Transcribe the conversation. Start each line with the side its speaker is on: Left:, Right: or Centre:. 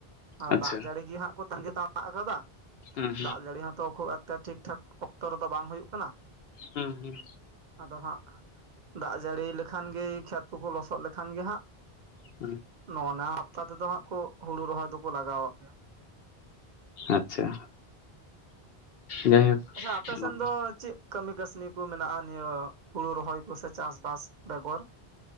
Right: ᱟᱨ
Left: ᱟᱪᱪᱷᱟ
Right: ᱫᱟᱜ ᱡᱟᱹᱲᱤ ᱜᱮ ᱦᱟᱸᱜ ᱠᱚ ᱛᱟᱸᱜᱤ ᱛᱟᱲ ᱢᱮᱱᱟᱜ ᱠᱟᱫᱟ
Left: ᱦᱩᱸ
Right: ᱫᱟᱜ ᱡᱟᱹᱲᱤ ᱦᱚᱸᱛᱚ ᱠᱷᱩᱵ ᱮᱠ ᱴᱷᱤᱠ ᱴᱷᱟᱠ ᱚᱠᱛᱚ ᱨᱮᱫᱚ ᱵᱟᱝ ᱦᱩᱭᱩᱜ ᱠᱟᱱᱟ
Left: ᱦᱩᱸ ᱦᱩᱸ
Right: ᱟᱫᱚ ᱦᱟᱸᱜ ᱫᱟᱜ ᱡᱟᱹᱲᱤ ᱞᱮᱠᱷᱟᱱ ᱜᱮ ᱠᱷᱮᱛ ᱠᱚ ᱠᱚ ᱞᱚᱥᱚᱫ ᱞᱮᱠᱷᱟᱱ ᱜᱮ ᱦᱟᱸᱜ
Left: ᱦᱩᱸ
Right: ᱱᱚᱣᱟ ᱱᱟ ᱦᱟᱯᱛᱟ ᱛᱮᱫᱚ ᱦᱟᱸᱜ ᱠᱚ ᱦᱩᱲᱩ ᱨᱚᱦᱚᱭ ᱫᱚᱠᱚ ᱞᱟᱜᱟᱣᱚᱜ ᱜᱮᱭᱟ
Left: ᱟᱪᱪᱷᱟ ᱡᱟᱭᱦᱳᱠ
Right: ᱟᱪᱪᱷᱟ ᱚᱯᱮᱥᱮᱱ
Left: ᱚᱱᱟ ᱠᱚ
Right: ᱫᱚ ᱪᱮᱫ ᱠᱟᱹᱢᱤ ᱠᱟᱹᱥᱱᱤ ᱠᱚ ᱢᱮᱱᱟᱜᱼᱟ ᱱᱤᱭᱟᱹ ᱦᱩᱲᱩ ᱨᱚᱦᱚᱭ ᱠᱚᱥᱮ ᱪᱟᱥᱵᱟᱥ ᱵᱮᱜᱚᱨ